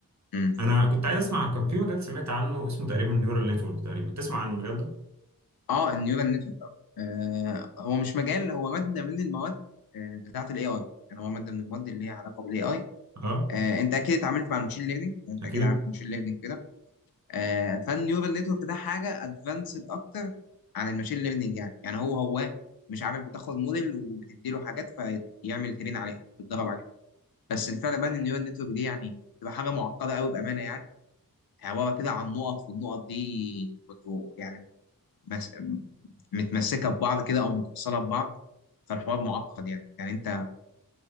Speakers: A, on the left; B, on the right.
A: امم
B: انا كنت عايز اسمع كان في مجال سمعت عنه اسمه تقريبا نيورال نتورك تقريبا تسمع عن المجال ده
A: اه النيورال نتورك اه آه، هو مش مجال هو ماده من المواد آه، بتاعه الاي اي يعني هو ماده من المواد اللي هي علاقه بالاي اي
B: اه
A: انت اكيد اتعاملت مع المشين ليرنينج انت
B: اكيد
A: اكيد عارف المشين ليرنينج كده آه، فالنيورال نتورك ده حاجه ادفانسد اكتر عن المشين ليرنينج يعني يعني هو هو مش عارف بتاخد موديل وبتدي له حاجات فيعمل ترين عليها بتدرب عليها بس الفرق بين النيورال نتورك دي يعني تبقى حاجه معقده قوي بامانه يعني عباره كده عن نقط والنقط دي كنت يعني مس... متمسكه ببعض كده او متوصله ببعض فالحوار معقد يعني يعني انت